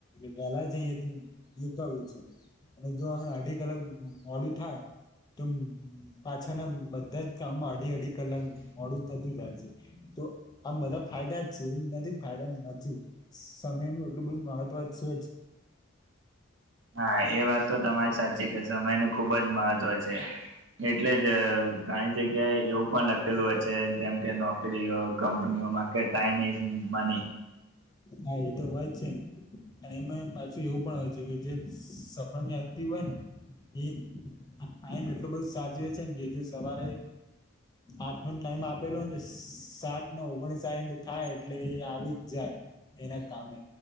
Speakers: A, on the left; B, on the right.
A: પહેલા જઈએ તો. આવું છે અને જો અઢી કલાક મોડું થાય. તો પાછા ના બધા જ કામમાં અઢી અઢી કલાક મોડું થતું જાય છે, તો આ બધા ફાયદા જ છે એવુંનાથી ફાયદા નથી. સમયનું એટલું બહુ મહત્વ છે જ.
B: હા એ વાત તો તમારી સાચી કે સમય નુ ખુબ જ મહત્વ છે. એટલે જ ઘણી જગ્યાએ એવું પણ લખેલું હોય છે, જેમ કે નોકરીઓ કંપનીઓ. ઓમા ટાઈમ ઇઝ મની.
A: હા એતો હોય જ છે ન. અને એમાં પાછું એવું પણ હોય છે કે જે સફળ વ્યક્તિ હોય ને એ ટાઈમ એટલું બધુ સાચવે છે મ કેજુ સવારે આઠનો ટાઈમ આપેલોને તો સાત ને ઓગણસાઇઠ થાય એટલે એ આવી જ. જાય એના કામે